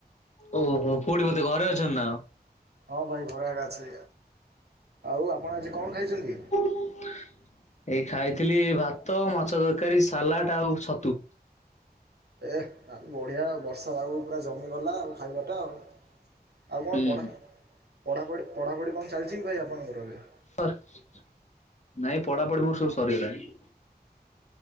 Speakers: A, on the left; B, on the right.
A: ଓହୋ, କୋଉଠି? ବଧେ ଘରେ ଅଛ ନା?
B: ହଁ ଭାଇ, ଘରେଆ ଅଛେ, ଆଉ ଆପଣ ଆଜି କଣ ଖାଇଛନ୍ତି?
A: <unintelligible> ଏଇ ଖାଇଥିଲି ଭାତ, ମାଛ ତରକାରୀ, ସାଲାଡ ଆଉ ଛତୁ।
B: ଏ ବଢିଆ ବର୍ଷା ପାଗ ପୁରା ଜମିଗଲା ଆଉ ଖାଇବା ଏଟା ଆଉ ଆଉ କଣ
A: ହୁଁ
B: ପଢା
A: ହୁଁ।
B: ପଢାପଢ଼ି ପଢ଼ାପଢ଼ି କଣ ଚାଲିଛି କି ଭାଇ ଆପଣଙ୍କର ଏବେ?
A: ସରିଛି, ନାଇଁ ପଢାପଢି ମୋର ସବୁ ସରିଗଲାଣି।